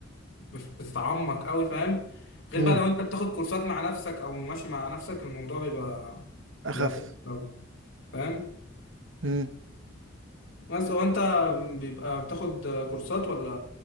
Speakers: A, on the left (about 70°); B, on the right (about 70°).
A: بف- بتتعمق قوي فاهم غير
B: امم
A: بقى لو انت بتاخد كورسات مع نفسك او ماشي مع نفسك الموضوع بيبقى
B: اخف
A: بيبقى مختلف أوي، فاهم
B: امم
A: بس هو انت بيبقى بتاخد كورسات ولا